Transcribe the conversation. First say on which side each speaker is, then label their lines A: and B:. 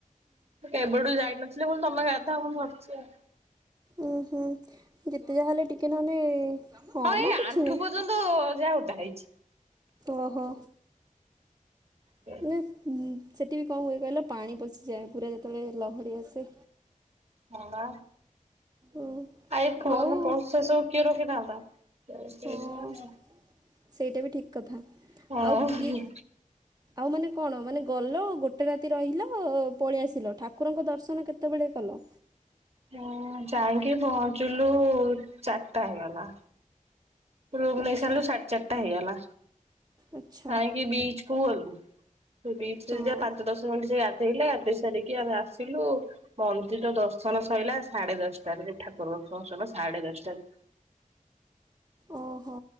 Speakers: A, on the right (about 50°); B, on the right (about 30°).
A: କେବେଠୁ ଯାଇନଥିଲେ କହିଲି ତମେ ଗାଧାଅ ମୁଁ ଧରିଛି ଆଉ।
B: ଉୁଁ ହୁଁ, ଯେତେ ଯାହା ହେଲେ ଟିକେ ନହଲେ ହଁ ମ
A: ଏଇ
B: କିଛି
A: ଆଣ୍ଠୁ
B: ନାଇଁ।
A: ପର୍ଯ୍ୟନ୍ତ ଯାହା ଓଦା ହେଇଛି।
B: ଓହୋ।
A: ହ <inaudible>
B: ନା ସେଠି ବି କଣ ହୁଏ କହିଲ ପାଣି ପଶିଯାଏ। ପୁରା ଯେତେବେଳେ ଲହଡି ଆସେ।
A: ହଁ ବା।
B: ଓ
A: ଆ ଏଇ ଫୋନ୍
B: ଆଉ
A: ପର୍ସ୍ ସବୁ କିଏ ରଖିଥାନ୍ତା।
B: ହଁ ସେଇଟା ବି ଠିକ୍ କଥା।
A: ହଁ
B: ଆଉ କିଏ ଆଉ ମାନେ କଣ ମାନେ ଗଲ ଗୋଟେ ରାତି ରହିଲ ପଳେଇଆସିଲ ଠାକୁରଙ୍କ ଦର୍ଶନ କେତେବେଳେ କଲ?
A: ଅଁ ଯାଇକି ପହଞ୍ଚିଲୁ ଚାରିଟା ହେଇଗଲା। ରୁମ୍
B: ଆଚ୍ଛା
A: ନେଇ ସାରିଲୁ ସାଢେ଼ ଚାରିଟା ହେଇଗଲା।
B: ଆଚ୍ଛା
A: ଯାଇକି ବିଚ୍ କୁ ଗଲୁ। ସେଇ ବିଚ୍
B: ହଁ
A: ରେ ଯାହା ପାଞ୍ଚ ଦଶ ମିନିଟ୍ ସେ ଗାଧେଇଲେ ଗାଧୋଇ ସାରିକି ଆମେ ଆସିଲୁ। ମନ୍ଦିର ଦର୍ଶନ ସଇଲା ସାଢେ ଦଶଟାରେ, ଯୋଉ ଠାକୁର ଦର୍ଶନ ସାଢେ ଦଶଟାରେ।
B: ଓହୋ।